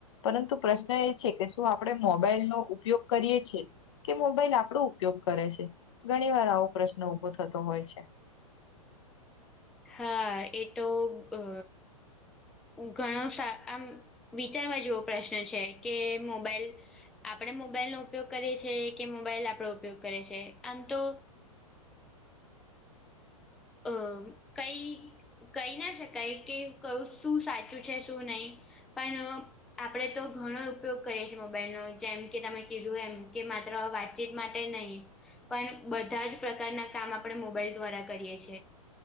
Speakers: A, on the left; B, in the centre.
A: પરંતુ પ્રશ્ન એ છે કે શું આપણે મોબાઈલ નો ઉપયોગ કરીએ છીએ કે મોબાઈલ આપણો ઉપયોગ કરે છે ઘણી વાર આવો પ્રશ્ન ઉભો થતો હોય છે.
B: હા એ તો અ ઘણો આમ વિચારવા જેવો પ્રશ્ન છે કે મોબાઈલ આપડે મોબાઈલ નો ઉપયોગ કરીએ છીએ કે મોબાઈલ આપડો ઉપયોગ કરે છે આમ તો અ કઈ કહી ના શકાય કે ક શું સાચું છે શું નહી? પણ? આપણે તો ઘણો ઉપયોગ કરીએ છીએ મોબાઈલનો જેમ કે તમે કીધું એમ કે માત્ર વાત વાતચીત માટે નહીં પણ બધા જ પ્રકારના કામ આપણે મોબાઈલ દ્વારા કરીએ છીએ.